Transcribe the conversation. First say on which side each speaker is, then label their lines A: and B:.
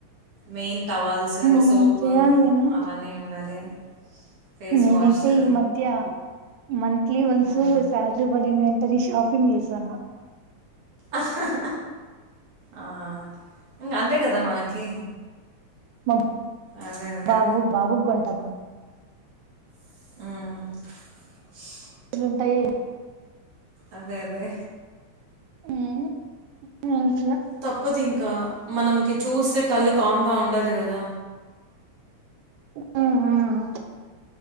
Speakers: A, on the right; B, on the right.
A: మెయిన్ టవాల్స్
B: ఉమ్
A: సోపు
B: చేయాలి కదా
A: అవన్నీ ఉండాలి ఫేస్
B: నేనైతే
A: వాష్లు
B: ఈ మధ్య మంత్లీ వన్
A: మ్మ్.
B: సు స్వాల్ రి ఇ ఎంటర షాపింగ్ చేసాన్న
A: ఆహహ ఆఇంకా అంతే కదా మనకి
B: మా
A: అదే అదే
B: బాబు బాబుకి కొంటన్న
A: హ్మ్
B: లుంటాయి
A: అదే అదే
B: హ్మ్ <unintelligible>
A: తప్పదు ఇంకా మనంకి చూస్తే కళ్ళు కామ్ గా ఉండదు. అదే కదా
B: హమ్